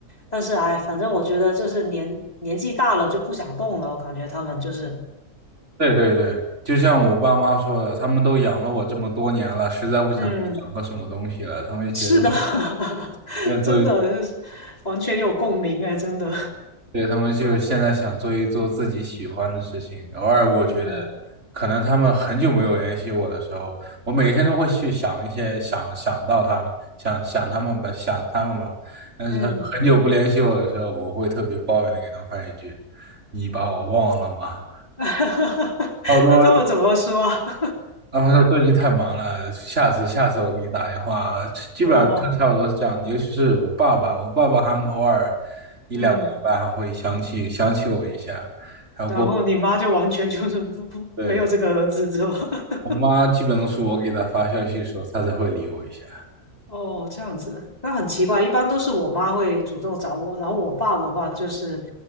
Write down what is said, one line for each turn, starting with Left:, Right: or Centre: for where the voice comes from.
Left: 但是哎，反正我觉得就是年年纪大了就不想动了，我感觉他们就是，
Right: 对对对，就像我爸妈说的，他们都养了我这么多年了，实在不想再养个什么东西了，
Left: 嗯，
Right: 他们就觉得
Left: 是的，<laughs>
Right: 要做一，
Left: 真的就是完全有共鸣哎，真的，
Right: 对，他们就现在想做一做自己喜欢的事情。偶尔我觉得，
Left: <laughs> 嗯
Right: 可能他们很久没有联系我的时候，我每天都会去想一些想想到他们，想想他们吧，想他们吧。但是他们很久不联系我的时候，
Left: 嗯，
Right: 我会特别抱怨的给他们发一句：“你把我忘了吗？”
Left: <laughs>
Right: 差不多
Left: 那他们怎么说啊 <laughs>
Right: 他们说最近太忙了，下次下次我给你打电话。基本上就差不多是这样的，
Left: 哦。
Right: 尤其是我爸爸，我爸爸还偶尔一两个礼拜还会想起想起我一下，
Left: 嗯，
Right: 然后
Left: 然后你妈就完全就是不不没有这个儿子是吧？
Right: 对
Left: <laughs>
Right: 我妈基本都是我给她发消息的时候，她才会理我一下。
Left: 哦，这样子，那很奇怪，一般都是我妈会主动找我，然后我爸的话就是